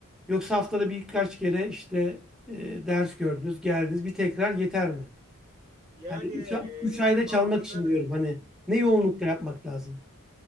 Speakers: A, in the centre; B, on the right.
A: yoksa haftada birkaç kere işte e, ders gördünüz, geldiniz bir tekrar yeter mi?
B: Yani
A: Hani 3
B: e,
A: üç, a- üç ayda
B: haftada
A: çalmak için diyorum hani ne yoğunlukta yapmak lazım?